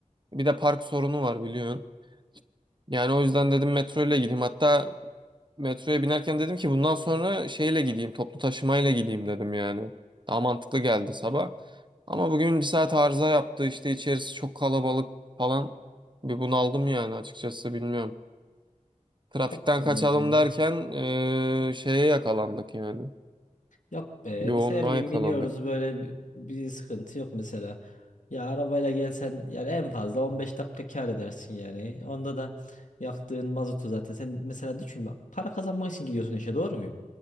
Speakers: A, on the right; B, on the left.
A: bir de park sorunu var biliyorsun yani o yüzden dedim metro ile gideyim hatta Metroya binerken dedim ki bundan sonra şeyle gideyim, toplu taşımayla gideyim dedim yani. Daha mantıklı geldi sabah. Ama bugün bir saat arıza yaptı işte içerisi çok kalabalık falan. Bir bunaldım yani açıkçası bilmiyorum. Trafikten
B: Yok be
A: kaçalım
B: oğlum.
A: derken eee, şeye yakalandık yani.
B: Yok be
A: Yoğunluğa
B: biz her gün
A: yakalandık.
B: biniyoruz böyle bir, bir sıkıntı yok mesela. Ya arabayla gelsen yani en fazla 15 dakika kar edersin yani. Onda da yaktığın mazotu zaten sen mesela düşün bak para kazanmak için gidiyorsun işe doğru muyum?